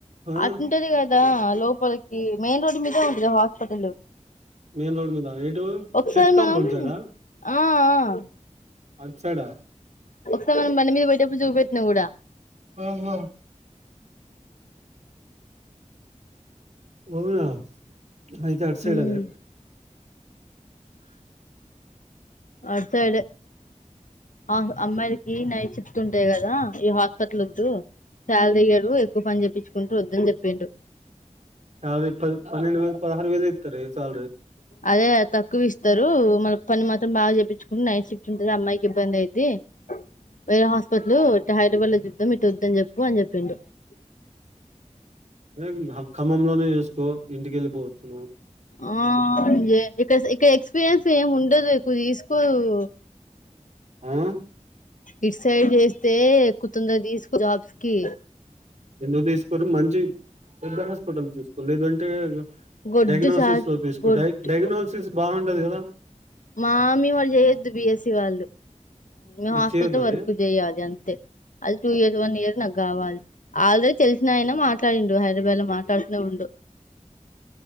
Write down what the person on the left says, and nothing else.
ఆటుంటది కదా లోపలికి మెయిన్ రోడ్డు మీదే ఉంది గా హాస్పటలు
ఒకసారి
మనం
ఆ ఆ
ఒకసారి నేను బండి మీద పోయేటప్పుడు చూపెట్టిన కూడా
ఉమ్
అటు సైడే ఆ అమ్మాయిలకి నైట్ షిఫ్ట్స్ ఉంటాయి కదా ఈ హాస్పిటల్ వద్దు. శాల ఇయ్యడు ఎక్కువ పని చెప్పించుకుంటు వద్దని చెప్పిండు.
అదే త తక్కువ ఇస్తరు మళ్ళ పని మాత్రం బాగా చేపించుకుని నైట్ షిఫ్ట్ ఉంటది అమ్మాయికి ఇబ్బంది అయిద్ది. వేరే హాస్పటలు ఇట్ట హైదరాబాద్ లో చూద్దాం ఇటు వద్దని చెప్పు అని చెప్పిండు
ఆ ఏ ఇక్ ఇక్కడ ఎక్స్పీరియన్స్ ఏమి ఉండదు ఎక్కువ తీసుకోదు
డిసైడ్ చేస్తే ఎక్కు తొందర తీసుకో జాబ్స్ కి
గొడ్డు
చాకి
గొడ్డు
మామ్మీ వాళ్ళు చేయొద్దు బిఎస్సి వాళ్ళు మేము
హాస్పిటల్
వర్క్ చేయ్యాలి అంతే అది టూ ఇయర్ వన్ ఇయర్ నాకు కావాలి ఆల్రెడీ తెలిసిన అయినా మాట్లాడిండు హైదరాబాద్ లో మాట్లాడుతూ ఉండు